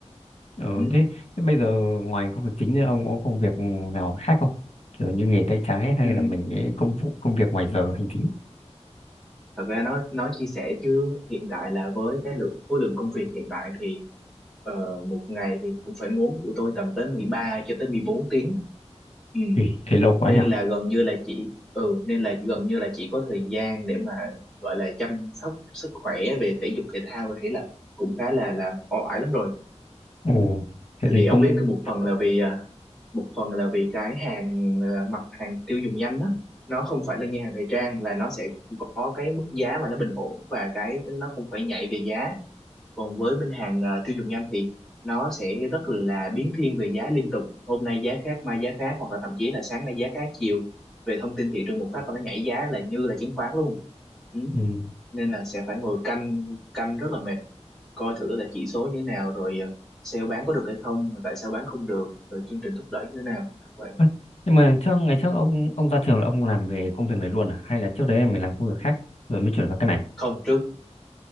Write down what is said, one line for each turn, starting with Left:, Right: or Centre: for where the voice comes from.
Left: Ừ,
Centre: ừ.
Left: thế, thế bây giờ ngoài công việc chính ấy, ông có công việc nào khác không? Kiểu như nghề tay trái hay
Centre: Ừ.
Left: là mình cái công vụ công việc ngoài giờ hành chính?
Centre: thật ra nó nói chia sẻ chứ hiện tại là với cái lượng khối lượng công việc hiện tại thì ờ, một ngày thì cũng phải ngốn của tôi tầm tới 13 cho tới 14 tiếng ừ.
Left: Thì thế lâu quá
Centre: nên
Left: nhỉ?
Centre: là gần như là chỉ ừ nên là gần như là chỉ có thời gian để mà gọi là chăm sóc sức khỏe về thể dục thể thao thì là cũng khá là là oải lắm rồi
Left: Ồ,
Centre: ừ.
Left: thế
Centre: tại
Left: thì
Centre: vì ông
Left: công
Centre: biết cái một phần là vì à, một phần là vì cái hàng ờ, mặt hàng tiêu dùng nhanh đó nó không phải là như hàng thời trang là nó sẽ có cái mức giá mà nó bình ổn và cái nó không phải nhảy về giá còn với bên hàng ờ, tiêu dùng nhanh thì nó sẽ rất là biến thiên về giá liên tục hôm nay giá khác mai giá khác hoặc là thậm chí là sáng nay giá khác chiều về thông tin thị trường một phát là nó nhảy giá là như là chứng khoán luôn ừ.
Left: ừ.
Centre: nên là sẽ phải ngồi canh canh rất là mệt coi thử là chỉ số như thế nào rồi ờ, sale bán có được hay không mà tại sao bán không được rồi chương trình thúc đẩy như thế nào vậy
Left: Ơ, Nhưng mà trước ngày trước ông ông ra trường là ông làm về công việc này luôn à? Hay là trước đấy em mới làm công việc khác rồi mới chuyển vào cái này?
Centre: không trước